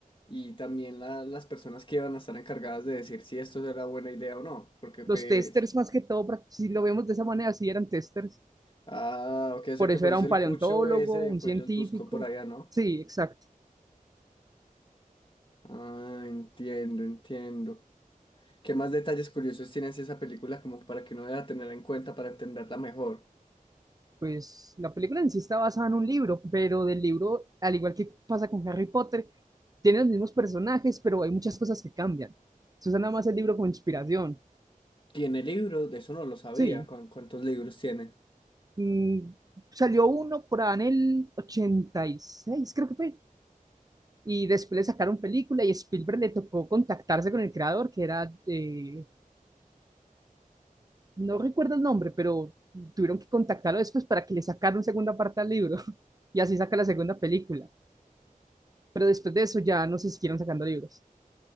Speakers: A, on the left; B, on the right.
A: y también la- las personas que iban a estar encargadas de decir si esto era buena idea o no. Porque pues...
B: los testers más que todo, si lo vemos de esa manera, sí eran testers.
A: Ah, ok, o sea
B: Por
A: que
B: eso
A: por
B: era
A: eso
B: un
A: el
B: paleontólogo,
A: cucho ese
B: un
A: fue
B: científico.
A: y los buscó por allá, ¿no?
B: Sí, exacto.
A: Ah, entiendo, entiendo. ¿Qué más detalles curiosos tienes de esa película como para que uno deba tener en cuenta para entenderla mejor?
B: Pues la película en sí está basada en un libro, pero del libro, al igual que pasa con Harry Potter, tiene los mismos personajes, pero hay muchas cosas que cambian. Se usa nada más el libro como inspiración.
A: ¿Tiene libros? De eso no lo sabía.
B: Sí.
A: ¿Cuán- ¿Cuántos libros tiene?
B: Mm, salió uno por ahí en el ochenta y seis creo que fue. Y después le sacaron película y Spielberg le tocó contactarse con el creador, que era eh, no recuerdo el nombre, pero tuvieron que contactarlo después para que le sacaran segunda parte al libro <laughs> y así saca la segunda película. Pero después de eso ya no se siguieron sacando libros.